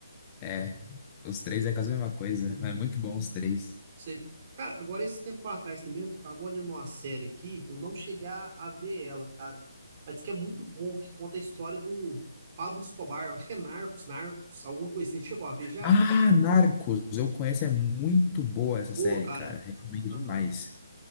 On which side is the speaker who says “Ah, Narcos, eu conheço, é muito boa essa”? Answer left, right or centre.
Left